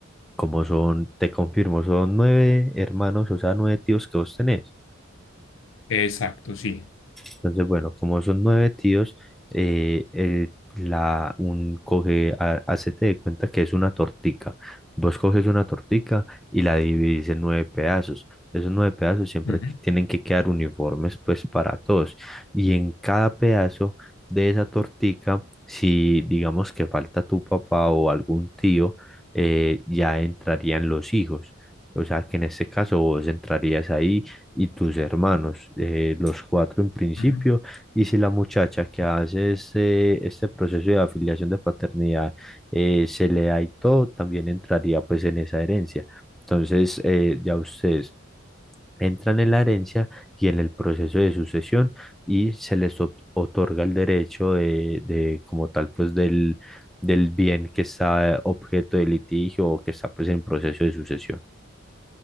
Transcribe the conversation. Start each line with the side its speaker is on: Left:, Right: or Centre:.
Centre: como son, te confirmo, son nueve hermanos, o sea, nueve tíos que vos tenés.
Left: Exacto, sí.
Centre: Entonces, bueno, como son nueve tíos, eh, el la, un coge, ha- hacete de cuenta que es una tortica. Vos coges una tortica y la dividís en nueve pedazos. Esos nueve pedazos siempre
Left: Ujú,
Centre: que- tienen que quedar uniformes, pues, para todos. Y en cada pedazo de esa tortica, si digamos que falta tu papá o algún tío, eh, ya entrarían los hijos. O sea, que en este caso vos entrarías ahí y tus hermanos, eh, los cuatro en principio,
Left: ujú.
Centre: y si la muchacha que hace ese- este proceso de afiliación de paternidad eh, se le da y todo, también entraría pues en esa herencia. Entonces, eh, ya ustedes entran en la herencia y en el proceso de sucesión y se les ot- otorga el derecho de, de como tal, pues del, del bien que está objeto de litigio o que está pues en proceso de sucesión.